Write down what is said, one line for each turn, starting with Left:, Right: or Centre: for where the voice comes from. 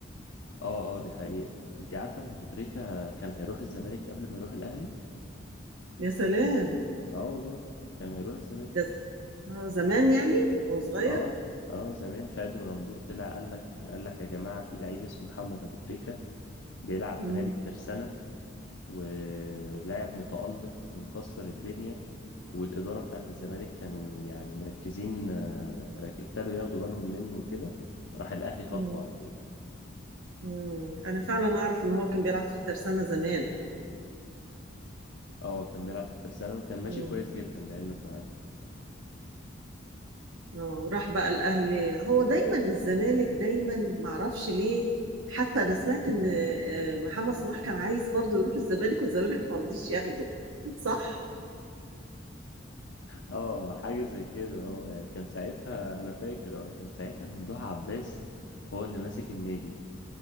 Left: اه اه دي حقيقة انت عارفة ان ابو تريكة كان هيروح الزمالك قبل ما يروح الاهلي
Right: يا سلام
Left: اه والله كان هيروح الزمالك
Right: ده ز- اه زمان يعني وهو صغير
Left: اه اه زمان خالد الغندور طلع قال لك قال لك يا جماعة في لعيب اسمه محمد ابو تريكة بيلعب
Right: مم.
Left: في نادي الترسانة ولاعب متألق ومكسر الدنيا والإدارة بتاعت الزمالك كانوا يعني مركزين آه، رك- ابتدوا ياخدوا بالهم منه وكده راح الأهلي خطفه
Right: مم.
Left: على طول
Right: مم. انا فعلا اعرف ان هو كان بيلعب في الترسانة زمان
Left: اه كان بيلعب في الترسانة وكان ماشي
Right: مم.
Left: كويس جدا لعلمك معاهم
Right: اه وراح بقى الاهلي هو دايما للزمالك دايما معرفش ليه حتى انا سمعت ان آه، محمد صلاح كان عايز برضه يروح الزمالك والزمالك ما رضيش ياخده صح
Left: اه حاجة زي كده اه يعني كان ساعتها أنا فاكر اه كان ساعتها ممدوح عباس هو اللي ماسك النادي